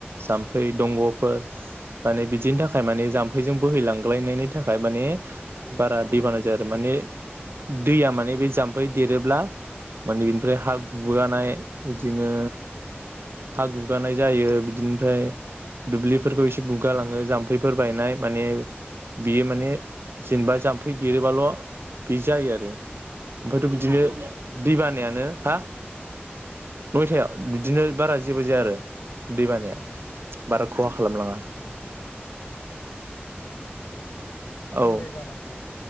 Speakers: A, on the right; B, on the left.
A: जामफै दंग'फोर माने बिदिनि थाखाय माने जामफैजों बोहैलांलायनायनि थाखाय थाखाय माने बारा दैबाना जायो आरो माने दैया माने बे जाम्फै देरोब्ला माने बेनिफ्राय हा गुगानाय बिदिनो हा गुगानाय जायो बिदिनिफ्राय दुब्लिफोरखौ एसे गुगालाङो जाम्फैफोर बायनाय माने बियो माने जेनेबा जाम्फै देरोबाल' बि जायो आरो मब
B: उम
A: ज दै बानायानो हा नयथायाव बिदिनो बारा जेबो जाया आरो दैबानाया
B: औ
A: बारा खहा खालामलाङा
B: उम
A: औ
B: दैबानाखौ